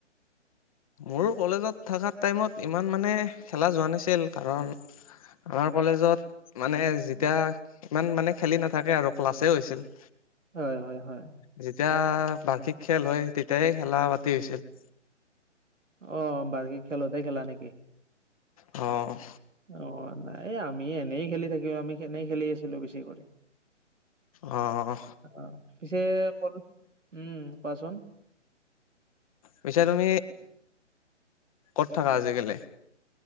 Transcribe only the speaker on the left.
মোৰো কলেজত থকা টাইমত ইমান মানে খেলা যোৱা নাছিল কাৰণ আমাৰ কলেজত মানে যেতিয়া ইমান মানে খেলি নাথাকে আৰু ক্লাছে হৈছিল।
যেতিয়া বাৰ্ষিক খেল হয় তেতিয়াই খেলা পাতি হৈছিল।
অ'।
অ',
পিছা তুমি, ক'ত থাকা আজিকালি?